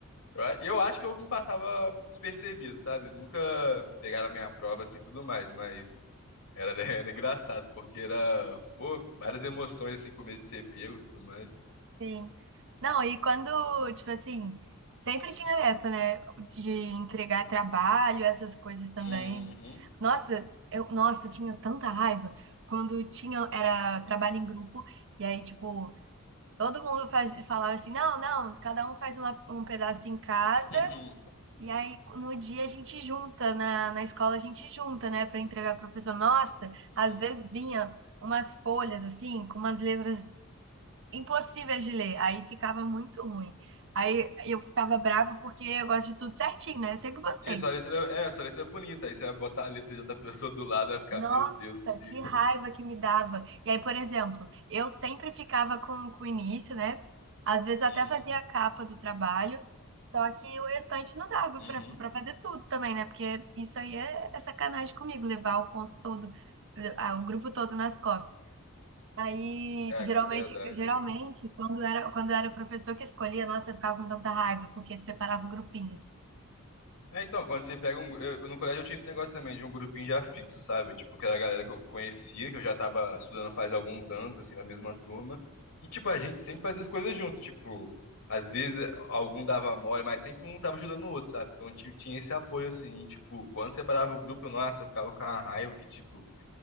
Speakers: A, on the left; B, on the right.
A: Eu, a- eu acho que eu me passava despercebido, sabe? Nunca pegaram a minha prova, assim, tudo mais, mas. Era, <laughs> era engraçado, porque era, pô, várias emoções, assim, com medo de ser pego e tudo mais.
B: Sim. Não, e quando, tipo assim, sempre tinha essa, né, de entregar trabalho, essas coisas também.
A: Uhum.
B: Nossa, eu, nossa, eu tinha tanta raiva quando tinha era trabalho em grupo e aí tipo, todo mundo faz, falava assim: "Não, não, cada um faz uma- um pedaço em casa
A: <laughs>
B: E aí, no dia a gente junta, na, na escola a gente junta, né, para entregar pro professor. Nossa,
A: Uhum.
B: às vezes vinha umas folhas assim, com umas letras impossíveis de ler, aí ficava muito ruim. Aí eu ficava brava porque eu gosto de tudo certinho, né? Eu sempre gostei.
A: Isso, a letra é, sua letra é bonita. Aí você vai botar a letra de outra pessoa do lado, vai ficar,
B: Nossa,
A: meu Deus, que.
B: que raiva que me dava. E aí, por exemplo, eu sempre ficava com, com o início, né? Às vezes até
A: Uhum.
B: fazia a capa do trabalho, só que o restante não dava
A: Uhum.
B: para para fazer tudo também, né? Porque isso aí é, é sacanagem comigo, levar o ponto todo, eh, ah, o grupo todo nas costas. Aí,
A: Caraca,
B: geralmente,
A: é verdade,
B: geralmente,
A: né?
B: quando era, quando era o professor que escolhia, nossa, eu ficava com tanta raiva, porque separava o grupinho.
A: É, então, quando você pega um. gru- Eu, no colégio eu tinha esse negócio também de um grupinho já fixo, sabe? Tipo, que era a galera que eu conhecia, que eu já tava estudando faz alguns anos, assim, na mesma turma. E, tipo, a gente sempre fazia as coisas junto. Tipo, às vezes algum dava mole, mas sempre um tava ajudando o outro, sabe? Então ti- tinha esse apoio, assim. E, tipo, quando separava o grupo, nossa, eu ficava com a raiva que, tipo,